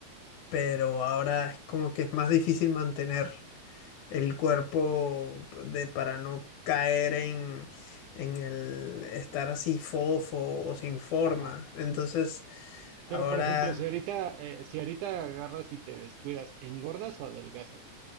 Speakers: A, on the left; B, on the right.
A: pero ahora es como que es más difícil mantener el cuerpo de, para no caer en, en el estar así fofo o sin forma.
B: ajá.
A: Entonces, ahora
B: Pero por ejemplo, si ahorita, eh, si ahorita agarras y te descuidas, ¿engordas o adelgazas?